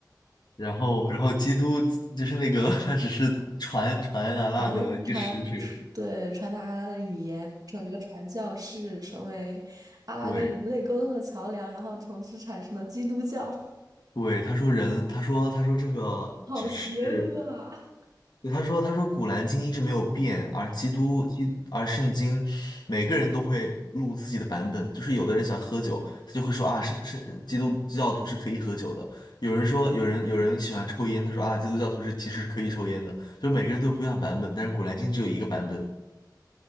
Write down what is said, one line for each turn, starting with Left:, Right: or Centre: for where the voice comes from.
Left: 然后然后基督就是那个 <laughs> 他只是传传安拉的一个使者，
Right: 传传传对，传达阿拉的语言，成为一个传教士，成为阿拉跟人类沟通的桥梁，
Left: 对
Right: 然后从此产生了基督教，
Left: 对，他说人，他说他说这个只是，
Right: <laughs> 好邪恶啊！
Left: 对他说他说古兰经一直没有变，而基督基而圣经，每个人都会录自己的版本，就是有的人喜欢喝酒，他就会说啊，是是基督教徒是可以喝酒的，有人说有人有人喜欢抽烟，他说啊，基督教徒是其实是可以抽烟的，就是每个人都有不一样的版本，但是古兰经只有一个版本，